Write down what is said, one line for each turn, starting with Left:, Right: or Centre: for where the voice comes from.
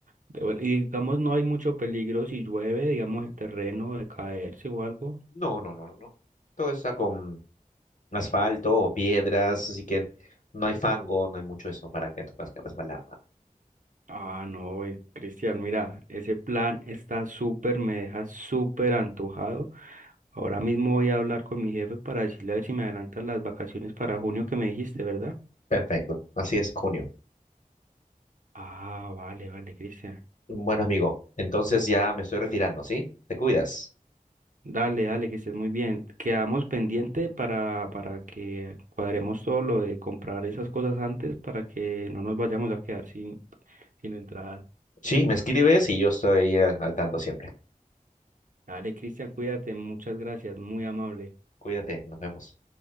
Right: De buen- y digamos, no hay mucho peligro si llueve, digamos, el terreno de caerse o algo.
Left: No, no, no, no. Todo está con asfalto o piedras, así que no hay fango, no hay mucho eso para que te puedas resbalar. nada.
Right: Ah, no, güey, Cristian, mira, ese plan está súper, me deja súper antojado. Ahora mismo voy a hablar con mi jefe para decirle a ver si me adelantan las vacaciones para junio que me dijiste, ¿verdad?
Left: Perfecto. Así es, junio.
Right: Ah, vale, vale, Cristian.
Left: Bueno, amigo, entonces ya me estoy retirando, ¿sí? Te cuidas.
Right: Dale, dale, que estés muy bien. Quedamos pendiente para, para que cuadremos todo lo de comprar esas cosas antes para que no nos vayamos a quedar sin, sin entrada.
Left: Sí, me escribes y yo estoy al al tanto siempre.
Right: Dale, Cristian, cuídate, muchas gracias, muy amable.
Left: Cuídate, nos vemos.